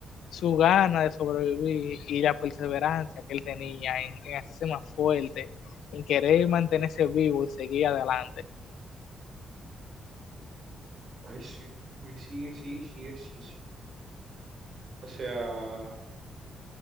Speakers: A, on the left; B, on the right.
A: su gana de sobrevivir y la perseverancia que él tenía en, en hacerse más fuerte, en querer mantenerse vivo y seguir adelante.
B: Ay, sí, ay, sí, sí, sí, sí, sí. O sea,